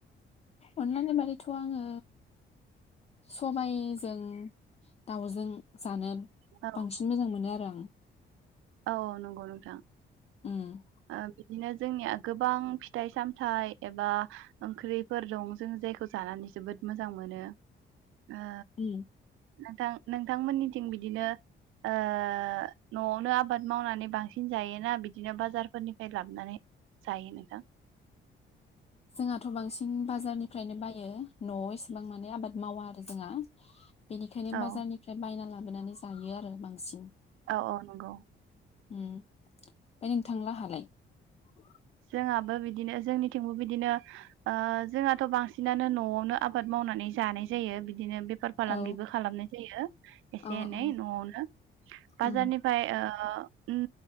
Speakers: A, on the left; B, on the right.
A: अनलानि बादैथ' आङो सबायजों दाउजों जानो
B: औ
A: बांसिन मोजां मोनो आरो उम
B: औ नंगौ नोंथां
A: उम
B: ओ बिदिनो जोंनि आ गोबां फिथाइ सामथाइ एबा ओंख्रिफोर दं जों जायखौ जानानै जोबोद मोजां मोनो। ओ
A: उम
B: नोंथां नोंथांमोननिथिं बिदिनो ओ न'आवनो आब बाद मावनानै बांसिन जायोना बिदिनो बाजारफोरनिफ्राय लाबोनानै जायो नोंथा?
A: जोंहाथ' बांसिन बाजारनिफ्रायनो बायो न'वाव ए बां माने आबाद मावा आरो जोंहा। <inaudible> बेनिखायनो
B: औ
A: बाजारनिफ्राय बायना लाबोनानै जायो आरो बांसिन
B: औ औ नंगौ
A: उम ओमफ्राय नोंथांलाहालाय <inaudible>
B: जोंहाबो बिदिनो जोंनिथिंबो बिदिनो ओ जोंहाथ' बांसिनानो न'आवनो आबाद मावनानै जानाय जायो। बि दिनो बेफार फालांगिबो
A: औ
B: खालामनाय जायो एसे
A: औ
B: एनै
A: औ
B: न'आवनो बाजारनिफ्राय
A: उम
B: ओ ओ उम